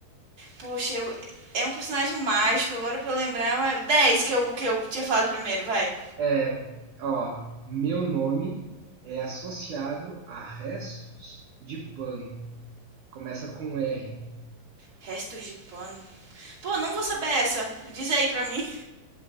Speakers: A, on the right; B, on the right.
A: Poxa, eu- é um personagem mágico. Agora pra eu lembrar, mas- 10 que eu, que eu tinha falado primeiro, vai.
B: É, ó, meu nome é associado a restos de pano. Começa com R.
A: Restos de pano. Pô, não vou saber essa. Diz aí pra mim. <laughs>